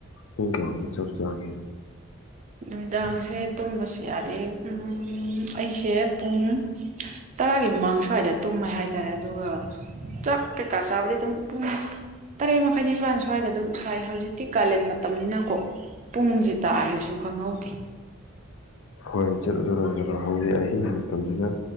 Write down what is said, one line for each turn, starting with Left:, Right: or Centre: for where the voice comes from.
Left: ꯄꯨꯡ ꯀꯌꯥꯗꯃ ꯆꯥꯛ ꯆꯥꯒꯦ
Right: ꯅꯨꯃꯤꯗꯥꯡꯁꯦ ꯇꯨꯝꯕꯁꯨ ꯌꯥꯔꯦ ꯎ ꯑꯩꯁꯦ ꯄꯨꯡ ꯇꯔꯥꯒꯤ ꯃꯃꯥꯡ ꯁ꯭ꯋꯥꯏꯗ ꯇꯨꯝꯃꯦ ꯍꯥꯏꯇꯥꯔꯦ ꯑꯗꯨꯒ ꯆꯥꯛ ꯀꯩꯀꯥ ꯆꯥꯕꯗꯤ ꯑꯗꯨꯝ ꯄꯨꯡ ꯇꯔꯦꯠ ꯃꯈꯥꯏ ꯅꯤꯄꯥꯜ ꯁ꯭ꯋꯥꯏꯗ ꯑꯗꯨꯝ ꯆꯥꯏ ꯍꯧꯖꯤꯛꯇꯤ ꯀꯥꯂꯦꯟ ꯃꯇꯝꯅꯤꯅꯀꯣ ꯄꯨꯡꯁ ꯇꯥꯈꯤꯕꯁꯨ ꯈꯪꯍꯧꯗꯦ
Left: ꯍꯣꯏ ꯆꯠꯂꯣ ꯆꯂꯣ ꯑꯗꯣ ꯍꯧꯖꯤꯛ ꯑꯍꯤꯡꯒꯤ ꯃꯇꯝꯁꯤꯅ